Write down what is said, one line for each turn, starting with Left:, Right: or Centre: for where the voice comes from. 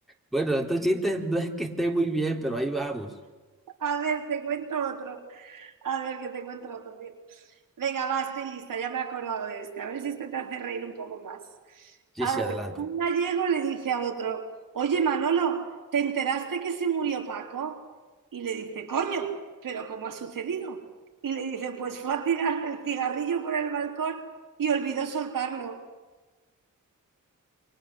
Centre: Bueno, estos chistes no es que estén muy bien, pero ahí vamos.
Right: A ver, te cuento otro. A ver, que te encuentro otro día. Venga, va, estoy lista, ya me he acordado de este. A ver si este te hace reír un poco más.
Centre: Sí,
Right: A
Centre: sí,
Right: ver,
Centre: adelante.
Right: un gallego le dice a otro, oye Manolo, ¿te enteraste que se murió Paco? Y le dice, coño, pero ¿cómo ha sucedido? Y le dice, pues fue a tirar el cigarrillo por el balcón y olvidó soltarlo.